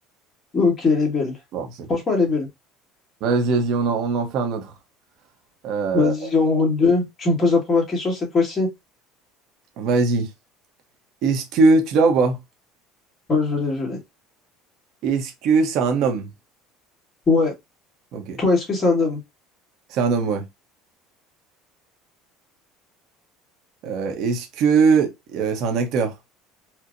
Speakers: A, on the left (about 30°); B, on the right (about 60°).
A: Ok, elle est belle.
B: Bon, c'est bon.
A: Franchement, elle est belle.
B: Vas-y, vas-y, on en, on en fait un autre. Euh,
A: Vas-y, en route deux Tu me poses la première question cette fois-ci?
B: Vas-y. Est-ce que... Tu l'as ou pas?
A: Ouais, je l'ai, je l'ai.
B: Est-ce que c'est un homme?
A: Ouais.
B: Ok.
A: Toi, est-ce que c'est un homme?
B: C'est un homme, ouais. Euh, est-ce que euh, c'est un acteur?